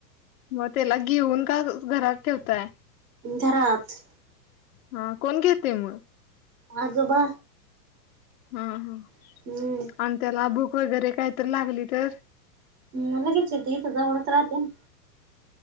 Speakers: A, on the left; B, on the right.
A: मग त्याला घेऊन का घरात ठेवताय.
B: घरात
A: हा कोण घेतेते मग?
B: आजोबा.
A: हा हा
B: हम्म
A: आणि त्याला भूक वगैरे काय तर लागली तर?
B: ह लगेच येते इथं जवळच राहते ना.